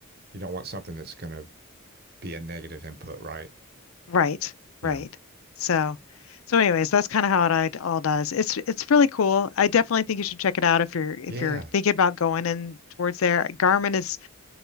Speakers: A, on the right; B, on the left.
A: You don't want something that's going to be a negative input, right?
B: Right,
A: Yeah.
B: right. So, so anyways, that's kind of how it all does. It's it's really cool. I definitely think you should check it out if you're if
A: Yeah.
B: you're thinking about going in towards there. Garmin is